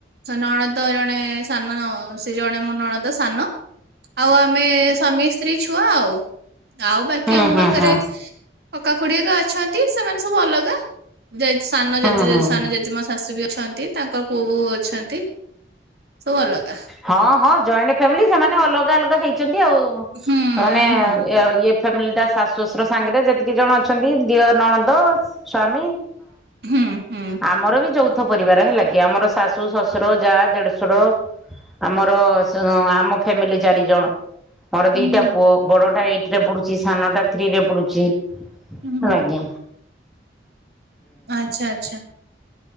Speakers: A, on the right; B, in the centre.
A: ନଣନ୍ଦ ଜଣେ ସାନ ସେ ଜଣେ ମୋ ନଣନ୍ଦ ସାନ ଆଉ ଆମେ ସ୍ୱାମୀ, ସ୍ତ୍ରୀ, ଛୁଆ, ଆଉ ଆଉ ବାକି
B: ହୁଁ
A: ଆମ
B: ହୁଁ
A: ପାଖରେ
B: ହଁ
A: କକା ଖୁଡିଆକା ଅଛନ୍ତି ସେମାନେ ସବୁ ଅଲଗା ଜେଜେ ସାନ
B: ହୁଁ
A: ଜେଜେ
B: ହୁଁ।
A: ସାନ ଜେଜେମା ଶାଶୁ ବି ଅଛନ୍ତି ତାଙ୍କର ପୁଅ ବୋଉ ଅଛନ୍ତି ସବୁ ଅଲଗା
B: ହଁ, ହଁ ଜଏଣ୍ଟ ଫ୍ୟାମିଲି ସେମାନେ ଅଲଗା ଅଲଗା ହେଇଛନ୍ତି ଆଉ
A: ହୁଁ
B: ମାନେ
A: ହୁଁ।
B: ଇଏ ଫାମିଲି ଟା ଶାଶୁ, ଶଶୁର ସାଙ୍ଗରେ ଯେତିକି ଜଣ ଅଛନ୍ତି ଦିଅର, ନଣନ୍ଦ, ସ୍ଵାମୀ
A: ହୁଁ ହୁଁ।
B: ଆମର ବି ଯୌଥ ପରିବାର ହେଲା କି ଆମର ଶାଶୁ, ଶଶୁର, ଯା, ଦେଢ଼ଶୁର। ଆମର ଆମ ଫ୍ୟାମିଲି ଚାରି ଜଣ ମୋର
A: ହୁଁ
B: ଦିଟା
A: ହୁଁ।
B: ପୁଅ ବଡ଼ ଟା ଏଇଟ ରେ ପଢୁଛି ସାନଟା ଥ୍ରୀ ରେ ପଡୁଛି ହେଲା
A: ହୁଁ ହୁଁ
B: ଆଜ୍ଞା।
A: ଆଚ୍ଛା ଆଚ୍ଛା